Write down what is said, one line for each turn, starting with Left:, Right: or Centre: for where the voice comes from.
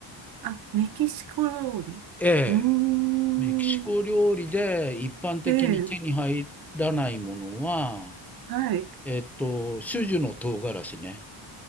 Right: あ、メキシコ料理。
Centre: ええ、
Right: うーん。
Centre: メキシコ料理で一般的に手に入らないものは、
Right: ええ、はい。
Centre: えっと、種々の唐辛子ね。